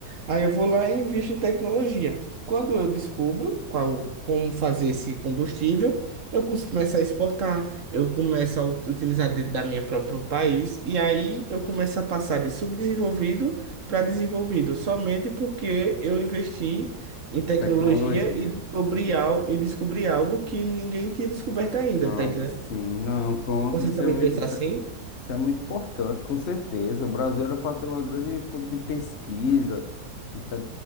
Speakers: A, on the right; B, on the left.
A: Aí eu vou lá e invisto em tecnologia. Quando eu descubro qual, como fazer esse combustível, eu cons- começo a exportar, eu começo a ut- utilizar dentro da minha próprio país, e aí eu começo a passar de subdesenvolvido para desenvolvido, somente porque eu investi em tecnologia
B: a tecnologia.
A: e descobri algo, e descobri algo que ninguém tinha descoberto ainda,
B: Ah,
A: tá entendendo?
B: sim, não, pronto,
A: Você
B: isso
A: também
B: é, mui-
A: pensa
B: isso
A: assim?
B: é, isso é muito importante, com certeza. O Brasil era para ter uma grande fonte de pesquisa e tá